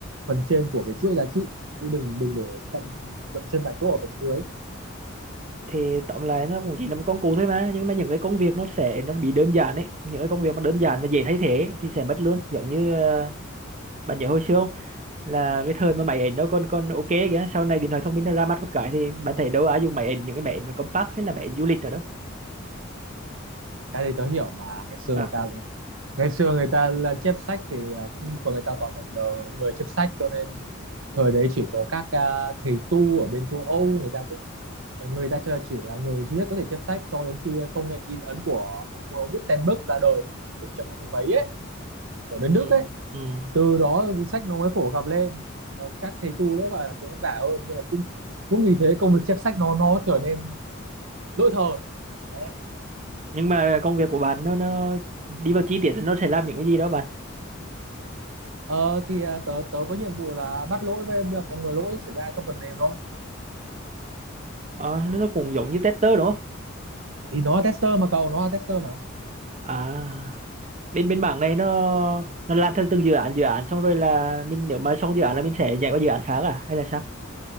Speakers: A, on the right; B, on the right.
A: phần trên của cái chuỗi giá trị chứ đừng đừng để dậm dậm chân tại chỗ ở phần dưới
B: thì tóm lại nó cũng chỉ là một công cụ thôi mà nhưng mà những cái công việc nó sẽ nó bị đơn giản ấy những cái công việc mà đơn giản và dễ thay thế ấy, thì sẽ mất luôn giống như ờ, bạn nhớ hồi xưa không là cái thời mà máy ảnh nó còn còn ok kìa sau này điện thoại thông minh nó ra mắt một cái thì bạn thấy đâu ai dùng máy ảnh những cái máy ảnh mà compact hay là máy ảnh du lịch nào đâu
A: cái đấy tớ hiểu mà ngày xưa
B: À,
A: người ta ngày xưa người ta là chép sách thì à, cũng- của người ta toàn phải nhờ người chép sách cho nên thời đấy chỉ có các à, thầy tu ở bên châu Âu người ta cũng Ờ, người ta chờ- chỉ là người duy nhất có thể chép sách cho đến khi công nghệ in ấn của ông ờ, Gutenberg ra đời năm 1450 mấy ấy ở bên
B: ừ,
A: Đức ấy
B: ừ.
A: từ đó thì sách nó mới phổ cập lên và các thầy tu nữa phải làm việc vất vả hơn nhưng mà cũng cũng vì thế công việc chép sách nó nó trở nên lỗi thời đấy
B: nhưng mà công việc của bạn nó nó đi vào chi tiết thì nó sẽ làm những cái gì đó bạn
A: ờ, thì à, tớ tớ có nhiệm vụ là bắt lỗi với ờ, phòng ngừa lỗi xảy ra trong phần mềm thôi
B: Ờ, nó nó cũng giống như tester đúng không
A: thì nó là tester mà cậu nó là tester mà
B: à bên bên mảng này nó nó làm theo từng dự án dự án xong rồi là mình nếu mà xong dự án là mình sẽ nhảy qua dự án khác à hay là sao